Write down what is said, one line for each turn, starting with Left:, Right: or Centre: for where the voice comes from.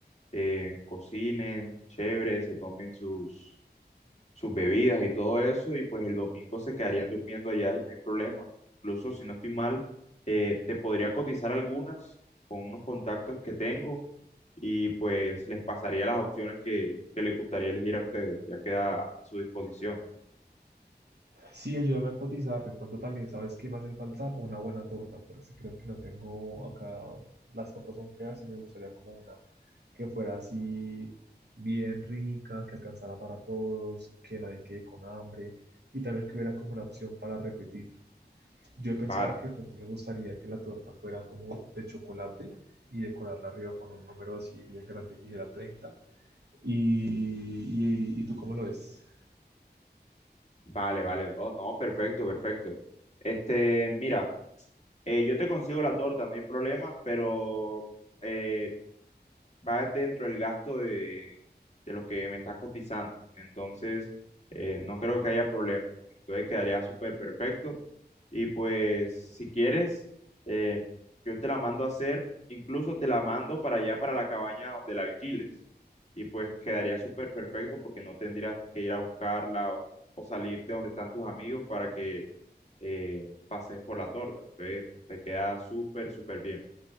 Left: eh, cocinen, chévere, se tomen sus, sus bebidas y todo eso, y pues el domingo se quedarían durmiendo allá y no hay problema. Incluso si no estoy mal, eh, te podría cotizar algunas con unos contactos que tengo y pues les pasaría las opciones que, que les gustaría elegir a ustedes. Ya queda a su disposición.
Right: Sí, ayúdame a cotizar. De pronto también, ¿sabes qué me hace falta? Una buena torta, porque sí creo que no tengo acá. Las tortas son feas y me gustaría como una que fuera así bien rica, que alcanzara para todos, que nadie quede con hambre y también que hubiera como una opción para repetir. Yo he pensado
Left: Vale,
Right: que de pronto me gustaría que la torta fuera como de chocolate y decorarla arriba con un número así bien grande que era 30. Y, y, ¿y tú cómo lo ves?
Left: vale, vale, bro. No, perfecto, perfecto. Este, mira, eh, yo te consigo la torta, no hay problema, pero eh, va dentro del gasto de, de lo que me está cotizando. Entonces, eh, no creo que haya problema. Entonces, quedaría súper perfecto. Y pues, si quieres, eh, yo te la mando a hacer, incluso te la mando para allá, para la cabaña donde la alquiles. Y pues quedaría súper perfecto porque no tendrías que ir a buscarla o, o salir de donde están tus amigos para que eh, pases por la torta. Entonces, te queda súper, súper bien.